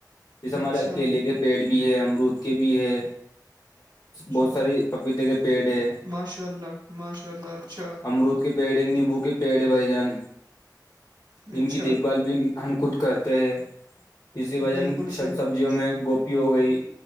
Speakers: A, on the left; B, on the right.
A: جیسے ہمارے
B: اچھا
A: کیلے کے پیڑ بھی ہے امرود کے بھی ہے
B: اچھا
A: بہت ساری پپیتے کے پیڑ ہے
B: ماشاء اللہ ماشاء اللہچھا
A: امرود کے پیڑے نیبو کے پیڑے بھائی جان جن
B: اچھا
A: کی دیکھ بھال بھی ہم خود کرتے ہیں اسی وجن
B: بالکل
A: سب
B: صحیح
A: سبزیوں میں گوپ ہو گئی